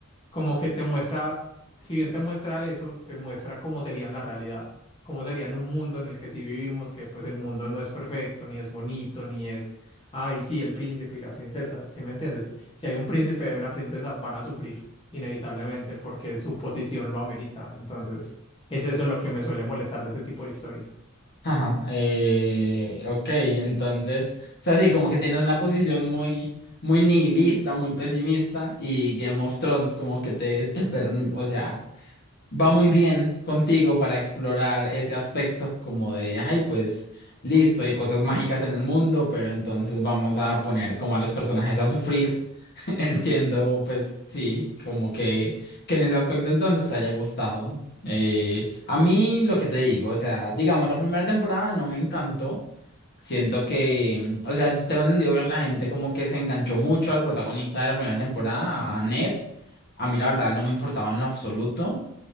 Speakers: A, on the left (about 25°); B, on the left (about 50°).
A: como que te muestra, si bien te muestra eso, te muestra cómo sería en la realidad, cómo sería en un mundo en el que sí vivimos, que pues el mundo no es perfecto, ni es bonito, ni es, ay, sí, el príncipe y la princesa, ¿sí me entiendes? Si hay un príncipe y una princesa, van a sufrir inevitablemente porque su posición lo amerita. Entonces, es eso lo que me suele molestar de ese tipo de historias.
B: Ajá. Eh, ok, entonces, o sea, sí, como que tienes una posición muy, muy nihilista, muy pesimista. Y Game of Thrones, como que te, te perm- o sea, va muy bien contigo para explorar ese aspecto, como de, ay, pues. Listo, hay cosas mágicas en el mundo, pero entonces vamos a poner como a los personajes a sufrir <laughs> Entiendo, pues sí, como que, que en ese aspecto entonces te haya gustado. Eh, a mí lo que te digo, o sea, digamos, la primera temporada no me encantó. Siento que, mm, o sea, yo tengo entendido que la gente como que se enganchó mucho al protagonista de la primera temporada, a Nev. A mí la verdad no me importaba en lo absoluto.